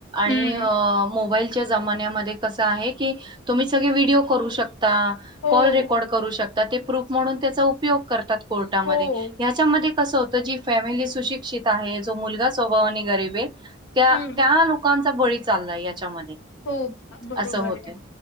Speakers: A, on the left (about 65°); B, on the right (about 20°).
A: हं.
B: आणि मोबाईलच्या जमान्यामध्ये कसं आहे कि तुम्ही सगळे व्हिडिओ करू शकता,
A: हो,
B: कॉल रेकॉर्ड करू शक ता ते प्रूफ म्हणून त्याचा उपयोग करतात कोर्टामध्ये
A: हो.
B: ह्याच्यामध्ये कसं जी फॅमिली सुशिक्षित आहे जो मुलगा स्वभावाने आणि गरीब आहे त्या
A: हं.
B: लोकां चा बळी चाललाय याच्यामध्ये
A: हो. बरोबर
B: असं होतय.
A: आहे.